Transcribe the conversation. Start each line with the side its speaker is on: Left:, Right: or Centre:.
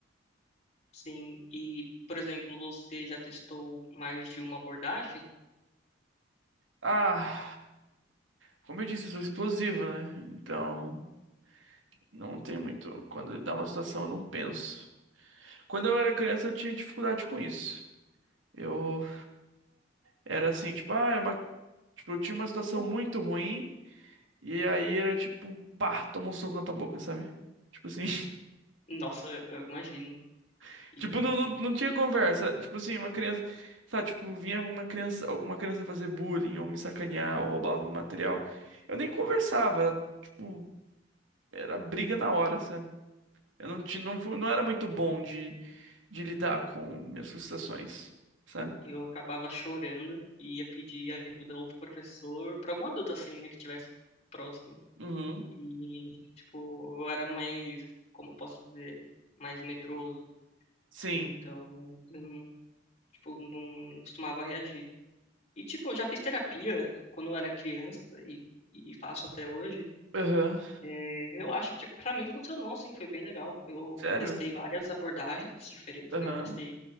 Left: Sim, e, por exemplo, você já testou mais de uma abordagem?
Right: Ah, como eu disse, eu sou explosivo, né? Então, não tem muito. Quando dá uma situação, eu não penso. Quando eu era criança, eu tinha dificuldade com isso. Eu era assim, tipo, ah, Tipo, eu tinha uma situação muito ruim e aí era tipo, pá, toma um soco na tua boca, sabe? Tipo assim,
Left: Nossa, eu imagino.
Right: <laughs>
Left: E
Right: tipo, não, não, não tinha conversa. Tipo assim, uma criança, sabe, tipo, vinha uma criança, alguma criança fazer bullying ou me sacanear ou roubava meu material. Eu nem conversava, era tipo, era briga na hora, sabe? Eu não tinha, não fui, não era muito bom de, de lidar com minhas frustrações, sabe?
Left: eu acabava chorando e ia pedir ajuda ou pro professor, pra algum adulto assim, né, que tivesse próximo.
Right: Uhum.
Left: E, tipo, eu era mais, como eu posso dizer, mais medroso.
Right: Sim.
Left: Então, eu não Tipo, não, não costumava reagir. E, tipo, eu já fiz terapia quando eu era criança e, e faço até hoje.
Right: Aham.
Left: É, eu acho que, tipo, pra mim funcionou, assim, foi bem legal. Eu
Right: Sério?
Left: testei várias abordagens diferentes,
Right: Aham.
Left: né? Testei,